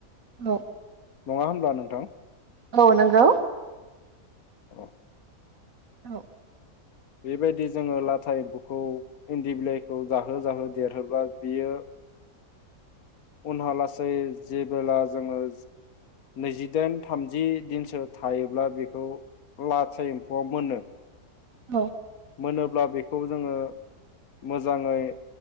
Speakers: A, on the right; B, on the left.
A: औ
B: नङा होमब्ला नोंथां
A: औ नोंगौ
B: अह
A: औ।
B: बेबायदि जोङो लाथा एम्फौखौ इन्दि बिलाइखौ जाहो जाहो देरहोबा बियो उनहा लासै जेबोला जोङो नैजिदाइन थामजि दिनसो थायोब्ला बेखौ लाथा एम्फौआव मोनो।
A: औ
B: मोनोब्ला बेखौ जोङो मोजाङै